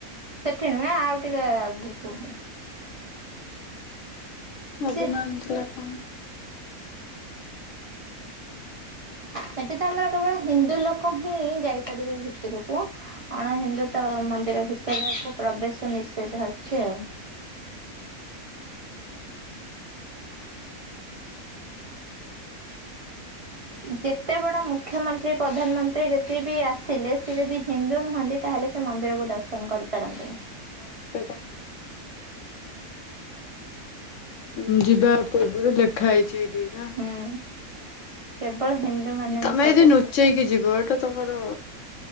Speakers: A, on the right; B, on the left.
A: ସେଠି ନୁହେଁ ଆଉ ଟିକେ ଆଗକୁ କଉଠି?
B: ଅଭିମାନଥିଲା
A: ଛି
B: କଣ?
A: ସେଠି ତ ଆମର କେବଳ ହିନ୍ଦୁ ଲୋକ ହିଁ ଯାଇପାରିବେ ଭିତରକୁ ଅଣ ହିନ୍ଦୁ ତ ମନ୍ଦି ର ଭିତରେକୁ ପ୍ରବେଶ ନିଷେଧ ଅଛି ଆଉ। ଯେତେ ବଡ ମୁଖ୍ୟମନ୍ତ୍ରୀ ପ୍ରଧାନମନ୍ତ୍ରୀ ଯେତେ ବି ଆସିଲେ ସେ ଯଦି ହିନ୍ଦୁ ନୁହଁନ୍ତି ତାହେଲେ ସେ ମନ୍ଦିରକୁ ଦର୍ଶନ କରିପାରନ୍ତିନି।
B: <unintelligible> ହୁଁ ଯିବା ପୂର୍ବରୁ ଲେଖା ହେଇଛି। <unintelligible>
A: ହୁଁ କେବଳ ହିନ୍ଦୁ ମାନେ
B: ତମେ
A: ପ୍ରବେଶ
B: ଯଦି ନୁଚେଇକି
A: କର
B: ଯିବ ଏଟା ତମର